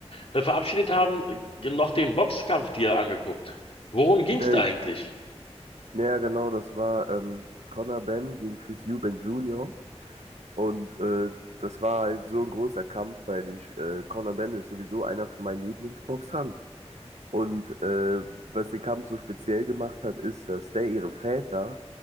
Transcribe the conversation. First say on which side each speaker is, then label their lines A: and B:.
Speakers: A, on the left; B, on the right.
A: äh, verabschiedet haben, äh, noch den Boxkampf dir angeguckt. Worum ging's
B: Ey,
A: da eigentlich?
B: ja, genau, das war ähm, Conor Benn gegen Chris Eubank Jr. Und äh, das war halt so ein großer Kampf, weil ich, äh, Conor Benn ist sowieso einer von meinen Lieblingsboxern. Und äh, was den Kampf so speziell gemacht hat, ist, dass der ihre Väter